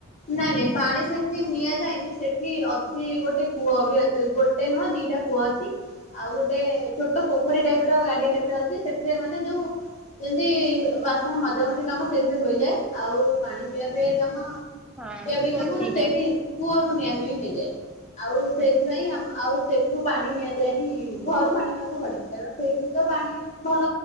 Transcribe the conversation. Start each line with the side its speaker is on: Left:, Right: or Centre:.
Left: ନାଇଁ ନାଇଁ ପାଣି ସେଠି ନିଆଯାଇଏନି ସେଠି ଅଛି ଗୋଟେ କୂଅ ବି ଗୋଟେ ନୁହଁ ଦିଟା କୂଅ ଅଛି।
Centre: <inaudible>
Left: ଆଉ ଗୋଟେ ଛୋଟ ପୋଖରୀ ଟାଇପ ର ଗାଡିଆ ଟାଇପ ର ଅଛି ସେଠରେ ମାନେ ଯୋଉ ଯେମିତି ବାସନ ମଜା ମଜି କାମ ସେଇଥିରେ ହୋଇଯାଏ। ଆଉ ପାଣି ପିଇଆ ପିଆ କାମ
Centre: ହଁ
Left: ପ ପାଇଁ
Centre: କୂଅରୁ
Left: କାମ
Centre: ନେଇଯାଅ
Left: ସେଇଠି କୁଅରୁ ନିଆଁ ନୁଇଁ ହେଇଯାଏ। ଆଉ
Centre: ହଁ
Left: ସେଇଥିପାଇଁ ଆମ ଆଉ ସେ କୂଅ ରୁ ପାଣି ନିଆଯାଏନି ଘରୁ ପାଣିିବାକୁ ପଡେ କାରଣ ସେଇଠି ତ ପାଣି ଭଲ